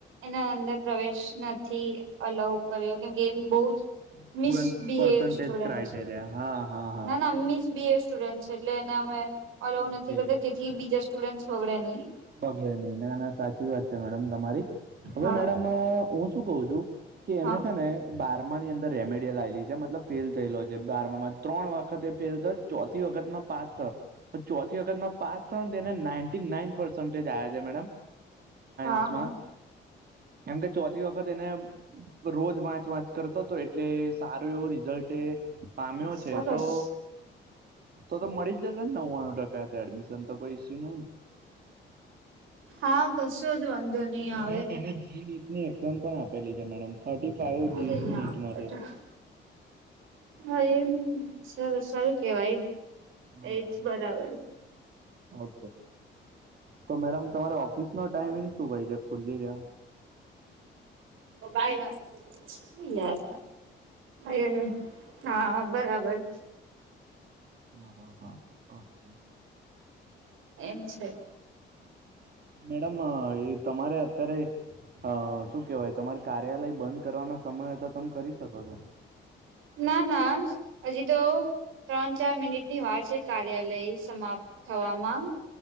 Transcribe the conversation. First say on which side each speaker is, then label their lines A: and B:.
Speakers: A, on the right; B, on the right.
A: એના અંદર પ્રવેશ નથી અલાઉ કરે કેમ કે એમ બહુ જ
B: સ્ટુડન્ટ
A: મિસ બી
B: પર્સન્ટેજ
A: સુડન્ટ
B: ક્રાઈટેરિયા હા હા હા
A: ના ના મિસ બ સ્ટુડ છે એટલે એને અમે ઓઉ
B: ઓકે
A: નથી કરતા જેથી બીજા સ્ટુડ વગડે નહીં
B: બગે નહી ના ના સાચ વાત છે મેડમ તમારી હવે
A: હા
B: મેડમ હું શું કું છું કે
A: હા
B: એને છે ને બારમા ની અંદર રેમેડી લાવેલી છે મતલબ ફેલ થયેલો છે બારમામાં ત્રણ વખત એ ફેલ તો ચોથી વખતનો પાસ થયો ચોથી વખતમાં પાસ થયો તેને ના ના ડ
A: હા
B: સામાં
A: હા
B: કેમ કે ચોથી વખત એને રોજ વાંચ વાંચ કરતો હતો એટલે સારું એવું રિઝલ્ટ એ પામ્યો
A: સરસ.
B: છે તો તો મળી જશે ને નવ્વાણું ટકા એમિશન તોઈશ્યુ નહી
A: હા કશો જ વાંધો નહી આવે.
B: એ એને જી ટ ની એક્ઝામ પણ આપેલી છે મેડમ થર્ ફાઈવ જી
A: અરે યાર
B: નીટમાં
A: હા એમ સર સારું કેવાય
B: મેડમ
A: એજ બરાબર.
B: ઓ તો મેડમ તમારે ઓફિસ નો ટાઈમિંગ શું ભાઈ છે ખુલ્લી રહમ
A: બ ના યાર એ હા બરાબર
B: હા હા હા ઓકે
A: એમ છે
B: મેડમ એ તમારે અત્યારે અ શું કેહેવાય તમાર કાર્યાલય બંધ કરવાનો સમય તો તમે કરી શકો છો
A: ના ના આજ તો ત્રણ ચાર મિનિટની વાર છે કાર્યાલય સમાપ્ત થવામાં